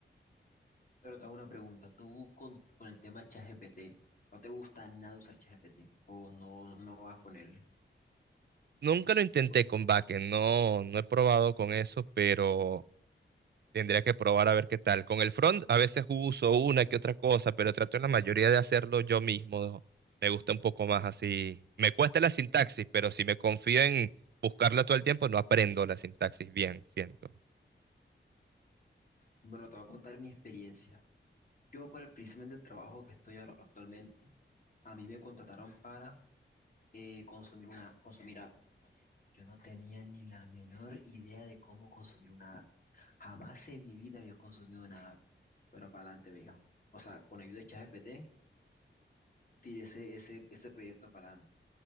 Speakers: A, on the left (about 45°); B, on the right (about 55°).
A: Pero te hago una pregunta. Tú con, con el tema ChatGPT, ¿no te gusta nada usar ChatGPT? ¿O no, no vas con él?
B: Nunca lo intenté
A: Bueno,
B: con backend, no, no he probado con eso, pero tendría que probar a ver qué tal. Con el front a veces uso una que otra cosa, pero trato en la mayoría de hacerlo yo mismo. Me gusta un poco más así. Me cuesta la sintaxis, pero si me confío en buscarla todo el tiempo, no aprendo la sintaxis bien, siento.
A: Bueno, te voy a contar mi experiencia. Yo, por el precisamente el trabajo que estoy ahora actualmente, a mí me contrataron para eh, consumir una, consumir API. Yo no tenía ni la menor idea de cómo consumir una API. Jamás en mi vida había consumido una API, pero para adelante, me dijo. O sea, con ayuda de ChatGPT, tiré ese, ese, ese proyecto para adelante.